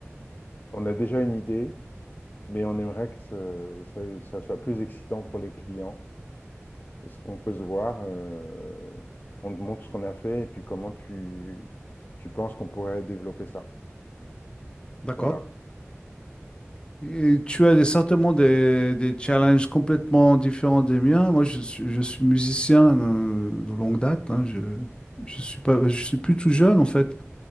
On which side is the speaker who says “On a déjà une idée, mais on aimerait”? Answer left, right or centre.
Left